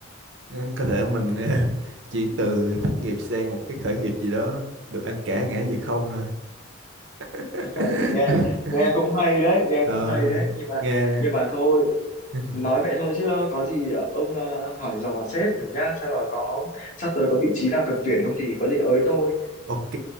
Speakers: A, on the right (about 60°); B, on the left (about 40°).
A: Ừ, có thể mình ờ, <laughs> chuyển từ thất nghiệp sang một cái khởi nghiệp gì đó được ăn cả ngã về không thôi <laughs>
B: <laughs> nghe nghe cũng hay đấy nghe
A: Ờ,
B: cũng hay đấy nhưng mà
A: nghe
B: nhưng mà thôi
A: <laughs>
B: nói vậy thôi chứ có gì ờ, ông ờ, hỏi dò sếp thử nhá xem là có sắp tới có vị trí nào cần tuyển không thì có gì ới tôi
A: ok